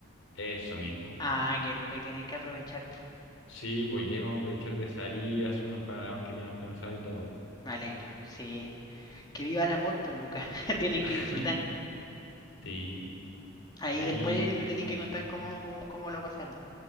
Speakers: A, on the left (about 85°); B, on the left (about 20°).
A: Eso mismo.
B: Ah, qué rico, y tienen que aprovechar.
A: Sí, pues y ahí vamos a aprovechar de salir, hacer unos panoramas que teníamos pensado y todo, po.
B: Me alegro, sí. Que viva el amor, pues Lucas. <laughs> tienen
A: <laughs>
B: que disfrutar.
A: Sí,
B: Ahí
A: ahí
B: después me tenéis
A: vamos a aprovechar.
B: que contar cómo, cómo lo pasaron.